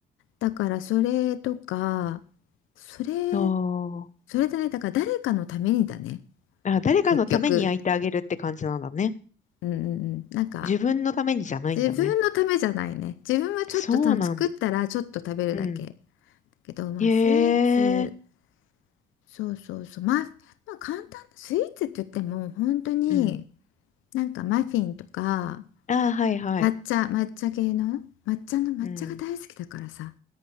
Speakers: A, on the left; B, on the left.
A: だからそれとかそれ
B: あー
A: それだねだから誰かのためにだね
B: あ、誰かのために焼いてあげるって感じなんだね。
A: 結局うんうんうんなんか
B: 自分のためにじゃないんだね。
A: 自分のためじゃないね。自分はちょっとた作ったらちょっと食べるだけ。
B: そうなん、うん。
A: だけど、まあスイーツ、
B: へえ、
A: そうそうそう、まあ、まあ簡単なスイーツって言っても本当に
B: うん。
A: なんかマフィンとか
B: ああ、はいはい。
A: 抹茶、抹茶系の抹茶の抹茶が大好きだからさ、
B: うん。